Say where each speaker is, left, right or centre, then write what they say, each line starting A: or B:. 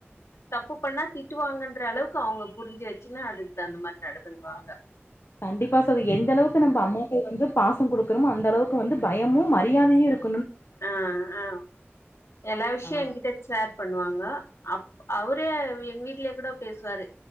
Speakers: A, on the left (about 75°); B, on the left (about 60°).
A: தப்பு பண்ணா திட்டுவாங்கன்ற அளவுக்கு அவுங்க புரிஞ்சி வச்சின்னு அதுக்குதகுந்த மாரி நடந்துங்குவாங்க
B: கண்டிப்பா சார் எந்த அளவுக்கு நம்ப அம்மாப்பாவ வந்து பாசங்குடுக்கறமோ அந்த அளவுக்கு வந்து பயமு மரியாதையு இருக்கு
A: ஆ ஆ எல்லா விஷயோ
B: ஆ
A: என்கிட்ட சேர் பண்ணுவாங்க அப் அவரு எங்க வீட்லயே கூட பேசுவாரு